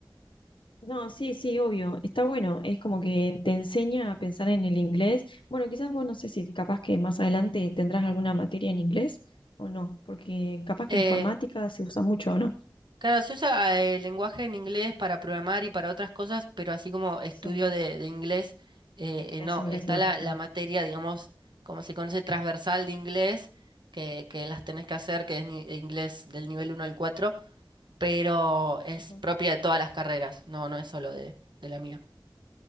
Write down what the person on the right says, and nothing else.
Eh,
Claro, se usa eh, el lenguaje en inglés para programar y para otras cosas, pero así como estudio
de, de inglés, eh,
eh, no,
está
la, la
materia, digamos, como se conoce, transversal de inglés, que, que las tenés que hacer, que es ni- eh, inglés del nivel uno al 4, pero es
propia de todas las carreras, no, no es solo de, de la mía.